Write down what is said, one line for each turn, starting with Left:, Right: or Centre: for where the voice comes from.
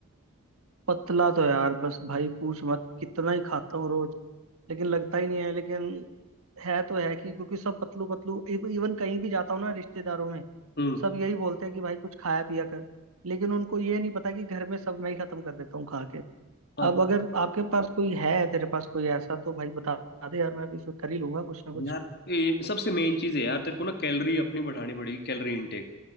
Right: पतला तो यार बस भाई पूछ मत कितना ही खाता हूँ रोज लेकिन लगता ही नहीं है लेकिन है तो है कि क्योंकि सब पतलू पतलू इवन कहीं भी जाता हूँ ना रिश्तेदारों में
Left: हम्म
Right: सब यही बोलते हैं कि भाई कुछ खाया पिया कर लेकिन उनको ये नहीं पता कि घर में सब मैं ही खत्म कर देता हूँ खा के
Left: हाँ,
Right: अब अगर आपके पास कोई है तेरे पास कोई ऐसा तो भाई बता दे यार मैं भी फिर कर ही लूंगा कुछ ना कुछ
Left: यार ए, सबसे मेन चीज़ है यार तेरे को ना कैलोरी अपनी बढ़ानी पड़ेगी कैलोरी इनटेक